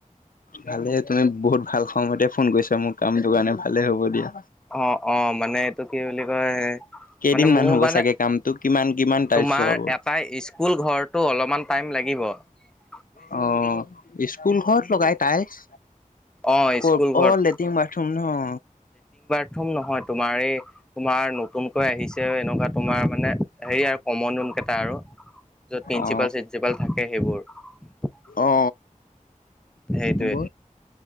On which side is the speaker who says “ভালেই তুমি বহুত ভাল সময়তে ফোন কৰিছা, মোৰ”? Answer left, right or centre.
Left